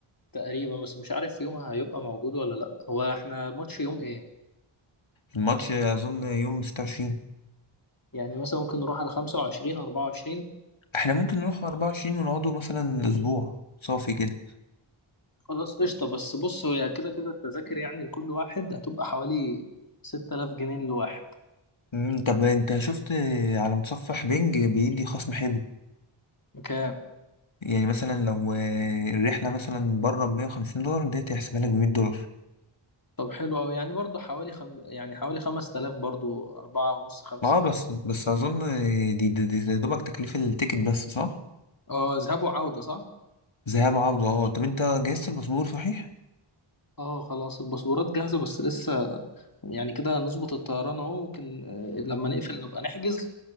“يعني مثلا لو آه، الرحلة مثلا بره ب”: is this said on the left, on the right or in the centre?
Left